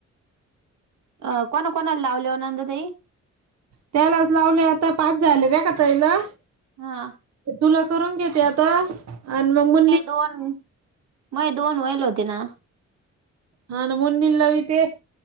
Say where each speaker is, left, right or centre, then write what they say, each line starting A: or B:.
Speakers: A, on the right; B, on the right.
A: अं, कोणा कोणाला लावल्या वं नंदाताई?
B: त्यालाच लावले आता, पाच झाले रेखा ताईला.
A: हा
B: तुला करून घेते आता. आणि मग म
A: मै दोन, मै दोन होईल होते ना?
B: हा ना, मुन्नीला लावीते.